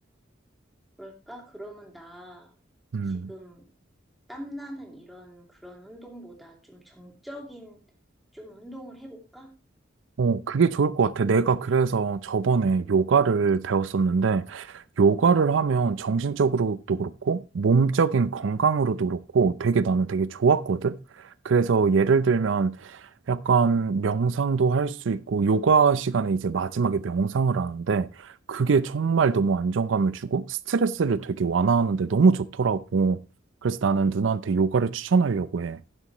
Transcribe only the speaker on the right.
음.
어, 그게 좋을 것 같아. 내가 그래서 저번에 요가를
배웠었는데, 요가를
하면 정신적으로도 그렇고, 몸적인 건강으로도 그렇고, 되게 나는 되게 좋았거든? 그래서 예를 들면, 약간 명상도 할 수 있고, 요가 시간에 이제 마지막에 명상을 하는데, 그게 정말
너무 안정감을 주고, 스트레스를 되게 완화하는데 너무 좋더라고. 그래서 나는
누나한테 요가를 추천하려고 해.